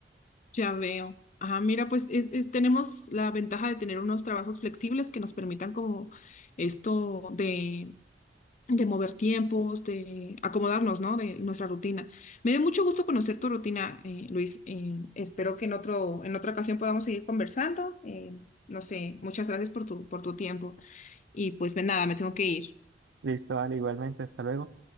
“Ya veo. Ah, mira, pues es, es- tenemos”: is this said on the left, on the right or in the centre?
Left